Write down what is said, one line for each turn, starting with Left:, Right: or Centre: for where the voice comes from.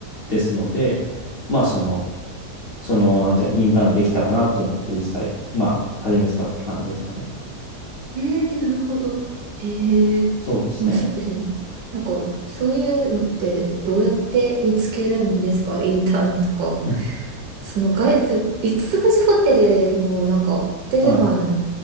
Left: ですので、まあその、その、なんていうの、インターンでできたらなと思って実際、まあ始めてたって感じですかね。
Right: うーん、なるほど。へえ、
Left: そうですね。
Right: 面白いですね。なんか、そういうのってどうやって見つけるんですかインターンとか。
Left: <laughs>
Right: その外、そう五つ星ホテルのなんか、ホテルマン
Left: はい。